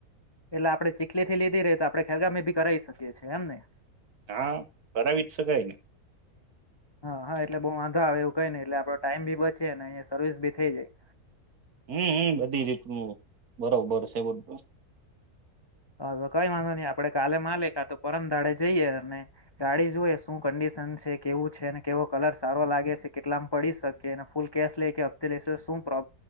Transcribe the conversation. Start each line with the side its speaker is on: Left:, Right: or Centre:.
Left: એટલે આપડણે ચીખલી થી લીધી રહી તો આપડે ખેરગામી ભી કરાવી શકીએ છીએ એમ ને.
Right: હા કરાવી જ શકાયન.
Left: હા હા એટલે બઉ વાંધો આવે એવું કઈ નહી એટલે આપડો ટાઈમ બી બચે ને અહીયા સર્વિસ બી થઈ જાય.
Right: હમ્મ હું બધી રીતનું બરોબર છે બધું
Left: હવે કઈ વાંધો નહી આપડે કાલે માલે કા તો પરમધાડે જઈએ અને ગાડી જોઈએ શું કંડિશન છે કેવું છે અને કેવો કલર સારો લાગે છે કેટલામ પડી શકે ફૂલ કેશ લે કે હપ્તે લેશું. હું પ્રો